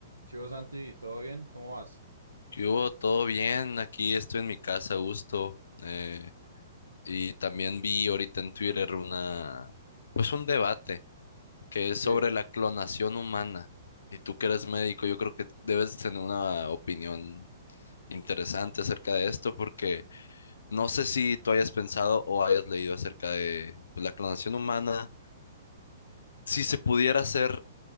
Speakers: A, on the right; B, on the left.
A: ¿Qué hubo, Santi? ¿Todo bien? ¿Cómo vas?
B: ¿Qué hubo? ¿Todo bien? Aquí estoy en mi casa a gusto. eh, y también vi ahorita en Twitter una, pues un debate que es
A: Sí,
B: sobre la clonación humana. Y tú que eres médico, yo creo que debes tener una opinión interesante acerca de esto, porque no sé si tú hayas pensado o hayas leído acerca de pues, la clonación humana. Si se pudiera hacer,